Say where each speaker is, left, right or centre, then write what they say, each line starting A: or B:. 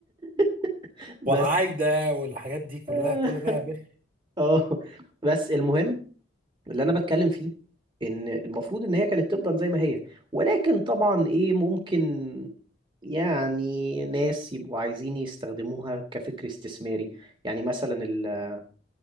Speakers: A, on the right; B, on the right.
A: <laughs> بس
B: وعايده والحاجات دي كلها
A: <laughs>
B: كل ده يا بخ
A: اه بس المهم اللي انا بتكلم فيه ان المفروض ان هي كانت تفضل زي ما هي ولكن طبعا ايه ممكن يعني ناس يبقوا عايزين يستخدموها كفكر استثماري يعني مثلا ال-